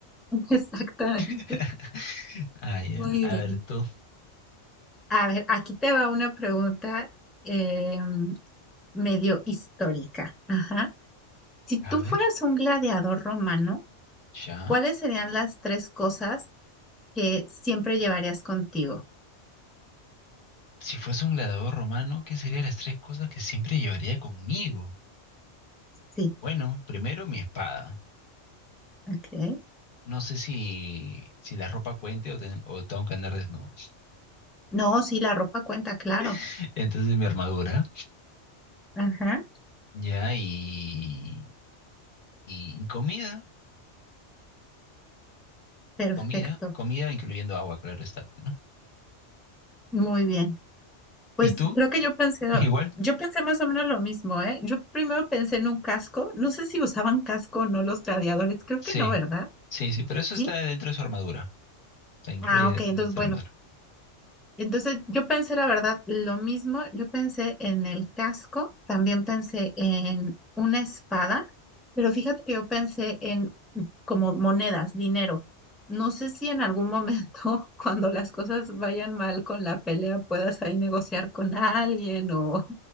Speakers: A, in the centre; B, on the left.
A: <laughs> exactamente,
B: <laughs> Ay,
A: muy
B: a a
A: bien.
B: ver tú,
A: A ver, aquí te va una pregunta eh, medio histórica. Ajá. Si tú
B: a
A: fueras
B: ver.
A: un gladiador romano,
B: Ya.
A: ¿cuáles serían las tres cosas que siempre llevarías contigo?
B: Si fuese un gladiador romano, ¿qué serían las tres cosas que siempre llevaría conmigo?
A: Sí,
B: Bueno, primero mi espada.
A: ok.
B: No sé si, si la ropa cuente o, ten- o tengo que andar desnudo.
A: No, sí, la ropa cuenta, claro.
B: <laughs> Entonces mi armadura.
A: Ajá,
B: Ya, y, y, y comida.
A: perfecto,
B: Comida. Comida incluyendo agua, claro está, ¿no?
A: muy bien. Pues
B: ¿Y tú?
A: creo que yo pensé,
B: <laughs> Igual.
A: yo pensé más o menos lo mismo, ¿eh? Yo primero pensé en un casco, no sé si usaban casco o no los gladiadores, creo
B: Sí.
A: que no, ¿verdad?
B: Sí, sí, pero eso
A: Sí.
B: está dentro de su armadura. La incluye
A: Ah, ok,
B: dentro
A: entonces
B: de su
A: bueno,
B: armadura.
A: entonces yo pensé la verdad lo mismo, yo pensé en el casco, también pensé en una espada, pero fíjate que yo pensé en como monedas, dinero. No sé si en algún momento, <laughs> cuando las cosas vayan mal con la pelea, puedas ahí negociar con alguien o...